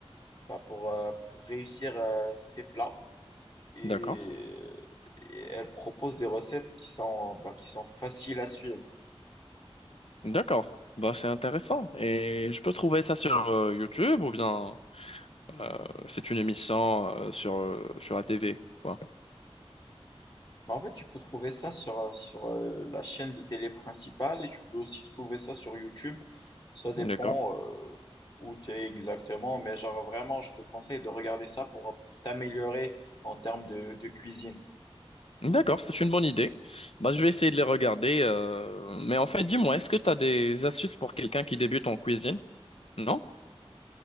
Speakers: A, on the left (about 45°); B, on the left (about 65°).
A: bah, pour, euh, pour réussir euh, ses plats. Et,
B: D'accord.
A: euh, et elle propose des recettes qui sont, bah, qui sont faciles à suivre.
B: D'accord. Bah, c'est intéressant. Et je peux trouver ça sur euh, YouTube ou bien euh, c'est une émission euh, sur, euh, sur la TV, quoi.
A: Bah, en fait, tu peux trouver ça sur, euh, sur euh, la chaîne de télé principale et tu peux aussi trouver ça sur YouTube. Ça dépend
B: D'accord.
A: euh, où tu es exactement, mais genre vraiment, je te conseille de regarder ça pour, pour t'améliorer en termes de, de cuisine.
B: D'accord, c'est une bonne idée. Bah, je vais essayer de les regarder. euh, Mais en fait, dis-moi, est-ce que tu as des astuces pour quelqu'un qui débute en cuisine? Non?